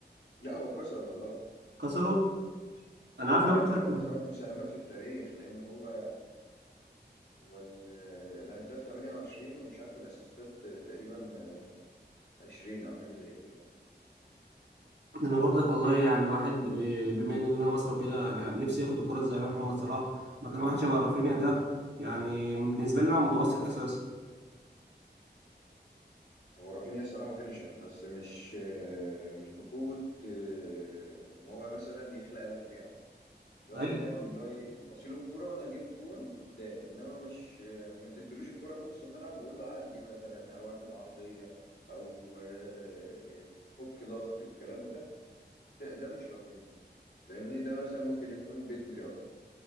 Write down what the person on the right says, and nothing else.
كسروا انا عارف
لو كسر
انا برضك والله يعني واحد ب- بما ان انا مصر وكده انا نفسي اخد الكره الذهبيه محمد صلاح مكان واحد شبه رافينيا ده يعني بالنسبه لي لاعب متوسط اساسا
ايوه